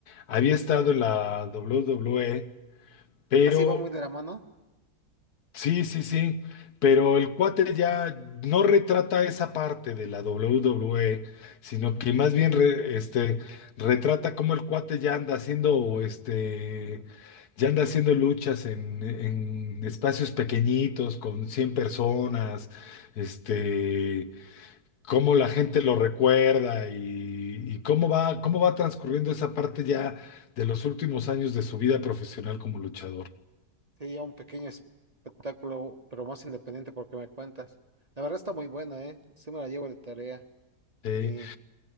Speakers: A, on the left (about 75°); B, on the right (about 30°).
A: había estado en la WWE, pero
B: así va muy de la mano.
A: Sí, sí, sí, pero el cuate ya no retrata esa parte de la WWE, sino que más bien re- este, retrata cómo el cuate ya anda haciendo, este, ya anda haciendo luchas en, en espacios pequeñitos con 100 personas, este, cómo la gente lo recuerda y, y cómo va, cómo va transcurriendo esa parte ya de los últimos años de su vida profesional como luchador.
B: Sí, ya un pequeño espectáculo, pero más independiente porque me cuentas. La verdad está muy buena, ¿eh? Sí me la llevo de tarea.
A: Sí.
B: Y